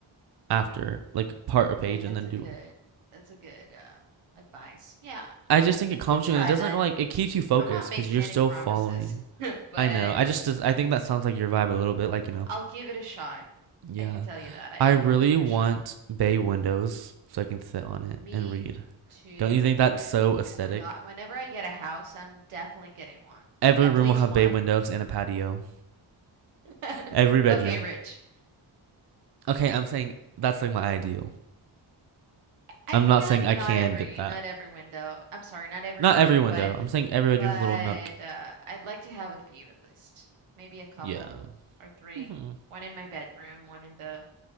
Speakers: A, on the right; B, on the right.
A: after, like part
B: Okay,
A: a page
B: that's
A: and then
B: a
A: do
B: good
A: them.
B: that's a good uh advice. Yeah, I
A: I just think it calms
B: can try
A: you and it doesn't
B: that.
A: like it keeps you focused
B: I'm not making
A: because you're
B: any
A: still
B: promises,
A: following.
B: <laughs> but
A: I know.
B: I
A: I just I think that sounds like your vibe a little bit, like you know.
B: I'll give it a shot.
A: Yeah,
B: I can tell you that. I,
A: I really
B: I'll give it
A: want
B: a shot.
A: bay windows so I can sit on it
B: Me
A: and read.
B: too.
A: Don't you think that's so aesthetic?
B: Oh my God. Whenever I get a house, I'm definitely getting one.
A: Every
B: At
A: room
B: least
A: will have
B: one.
A: bay windows and a patio.
B: <laughs>
A: Every bedroom.
B: Okay, Rich.
A: Okay, I'm saying that's like my ideal.
B: I
A: I'm not
B: feel
A: saying
B: like not
A: I can
B: every
A: get that.
B: not every window. I'm sorry, not every
A: Not
B: room,
A: every window.
B: but
A: I'm saying every
B: but
A: bedroom have a little nook.
B: uh, I'd like to have a few at least. Maybe a couple
A: Yeah.
B: or three.
A: hmm
B: One in my bedroom, one in the